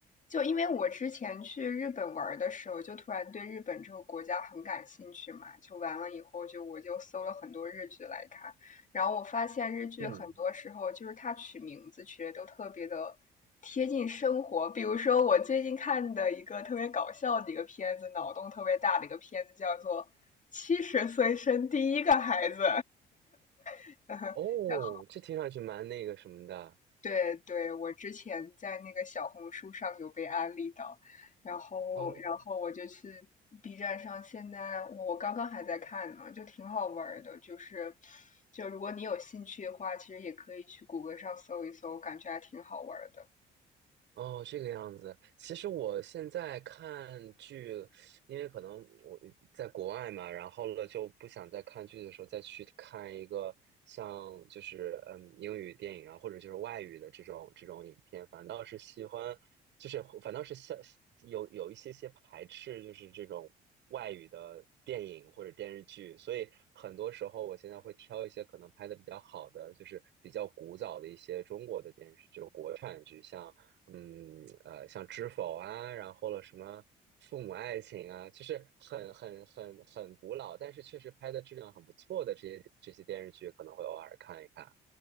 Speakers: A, on the left (about 40°); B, on the right (about 65°).
A: 就因为我之前去日本玩的时候，就突然对日本这个国家很感兴趣嘛，就完了以后就我就搜了很多日剧来看，然后我发现日剧很多时候就是它取名字取的都特别的贴近生活。
B: 嗯，
A: 比如说我最近看的一个特别搞笑的一个片子，脑洞特别大的一个片子，叫做《七十岁生第一个孩子》<laughs>
B: 哦，
A: 然
B: 这听上去蛮那个什么的
A: 对对，我之前在那个小红书上有被安利到，然后然后我就去
B: 哦。
A: B 站上，现在我我刚刚还在看呢，就挺好玩儿的，就是就如果你有兴趣的话，其实也可以去谷歌上搜一搜，感觉还挺好玩儿的。
B: 哦，这个样子。其实我现在看剧，因为可能我在国外嘛，然后了就不想在看剧的时候再去看一个像就是嗯英语电影啊，或者就是外语的这种这种影片，反倒是喜欢，就是反倒是像有有一些些排斥，就是这种外语的电影或者电视剧。所以很多时候我现在会挑一些可能拍的比较好的，就是比较古早的一些中国的电视剧，就是国产剧，像。嗯呃，像《知否》啊，然后了什么《父母爱情》啊，就是很很很很古老，但是确实拍的质量很不错的这些这些电视剧，可能会偶尔看一看。